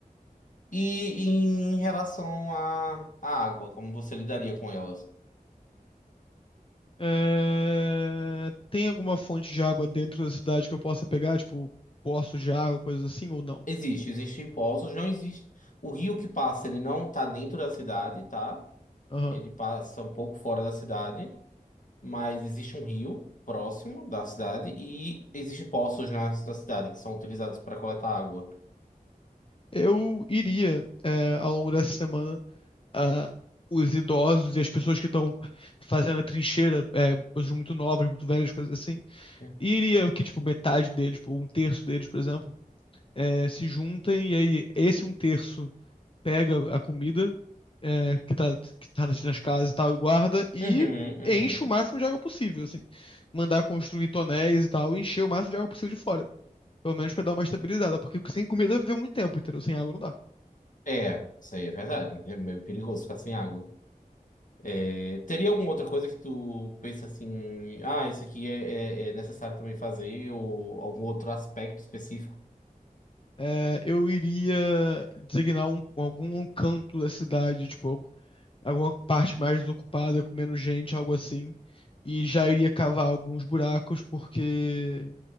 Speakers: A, on the left (about 60°); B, on the left (about 35°).
A: E, em relação à à água, como você lidaria com elas?
B: É, Tem alguma fonte de água dentro da cidade que eu possa pegar, tipo, poços de água, coisas assim, ou não?
A: Existe, existem poços, não existe. O rio que passa, ele não tá dentro da cidade, tá?
B: Aham.
A: Ele passa um pouco fora da cidade, mas existe um rio próximo da cidade e existem poços na, na cidade que são utilizados para coletar água.
B: eu iria, é, ao longo dessa semana, a os idosos e as pessoas que estão fazendo a trincheira, é, pessoas muito novas, muito velhas, coisas assim,
A: Hum.
B: e iria que, tipo, metade deles, tipo, um terço deles, por exemplo, é, se juntem e aí esse um terço pega a comida é, que tá, que tá nas, nas casas e tal e guarda e
A: Uhum, uhum.
B: enche o máximo de água possível, assim. Mandar construir tonéis e tal, e encher o máximo de água possível de fora. Pelo menos pra dar uma estabilizada, porque sem comida vai viver muito tempo, entendeu? Sem água não dá.
A: É, isso aí é verdade. É meio perigoso ficar sem água. É, teria alguma outra coisa que tu pensa assim, ah, isso aqui é, é- é necessário também fazer, ou algum outro aspecto específico?
B: É, eu iria designar um, algum canto da cidade, tipo, algu- alguma parte mais desocupada, com menos gente, algo assim. E já iria cavar alguns buracos, porque